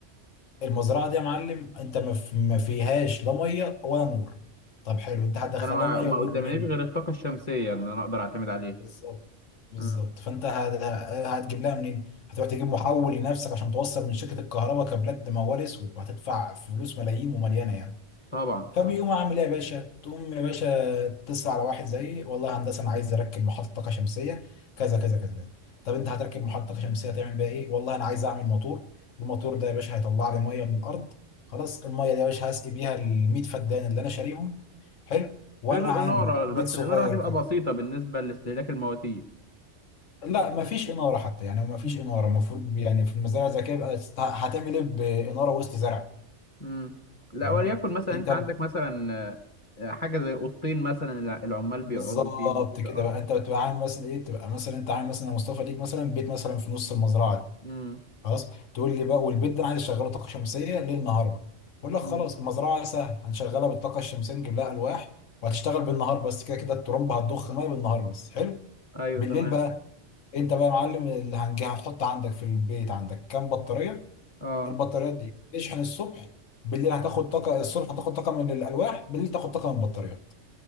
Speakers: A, on the left; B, on the left.
A: المزرعه دي يا معلم انت ما ف- ما فيهاش لا ميه ولا نور طب حلو انت هتدخلها
B: فانا ما...
A: ميه
B: ما
A: ونور
B: قدامنيش
A: منين
B: غير الطاقه الشمسيه اللي انا اقدر اعتمد عليها
A: بالظبط بالظبط
B: امم
A: فانت هت- هتجيب لها منين هتروح تجيب محول لنفسك عشان توصل من شركه الكهرباء كابلات بموال اسود وهتدفع فلوس ملايين ومليانه يعني
B: طبعا
A: فبيقوم
B: آه.
A: عامل ايه يا باشا تقوم يا باشا تتصل على واحد زيي والله يا هندسه انا عايز اركب محطه طاقه شمسيه كذا كذا كذا كذا طب انت هتركب محطه طاقه شمسيه هتعمل بيها ايه والله انا عايز اعمل موتور الموتور ده يا باشا هيطلع لي ميه من الارض خلاص الميه دي يا باشا هسقي بيها ال 100 فدان اللي انا شاريهم حلو وانا
B: غير الاناره
A: عامل بيت
B: بس
A: صغير
B: الاناره هتبقى
A: كده
B: بسيطه بالنسبه لاستهلاك المواتير
A: لا مفيش اناره حتى يعني مفيش
B: امم
A: اناره المفروض يعني في المزارع الذكيه بقى است- هتعمل ايه باناره وسط زرع
B: امم لا
A: فاهمني
B: وليكن مثلا
A: انت
B: انت عندك مثلا آه، آه، حاجه زي اوضتين مثلا الع- العمال بيقعدوا
A: بالظبط
B: فيهم كده
A: كده
B: اه
A: بقى انت بتبقى عامل مثلا ايه تبقى مثلا انت عامل مثلا يا مصطفى ليك مثلا بيت مثلا في نص المزرعه دي
B: امم
A: خلاص تقول لي بقى والبيت ده انا عايز اشغله طاقه شمسيه ليل نهار بقى اقول لك خلاص
B: امم
A: المزرعه سهل هنشغلها بالطاقه الشمسيه نجيب لها الواح وهتشتغل بالنهار بس كده كده الترمبه هتضخ ميه بالنهار بس حلو
B: ايوه
A: بالليل
B: تمام
A: بقى انت بقى يا معلم اللي هنجي هنحط عندك في البيت عندك كام بطاريه
B: اه
A: البطاريات دي تشحن الصبح بالليل هتاخد طاقه الصبح هتاخد طاقه من الالواح بالليل تاخد طاقه من البطاريات